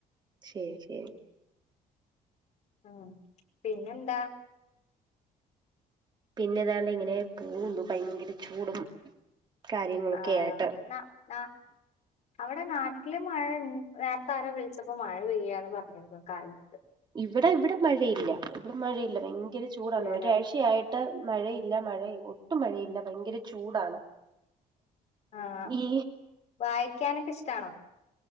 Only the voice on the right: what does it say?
ശരി ശരി
പിന്നെതാണ് ഇങ്ങനെ പോകുന്നു ഭയങ്കര ചൂടും കാര്യങ്ങളൊക്കെ
ആയിട്ട്
ഇവിടെ ഇവിടെ മഴയില്ല ഇവിടെ മഴയില്ല ഭയ- ങ്കര ചൂടാണ്
ഒരാഴ്‌ചയാ ട്ട മഴയില്ല മഴ ഒട്ടും മഴയില്ല ഭയങ്കര ചൂടാണ്
ഈ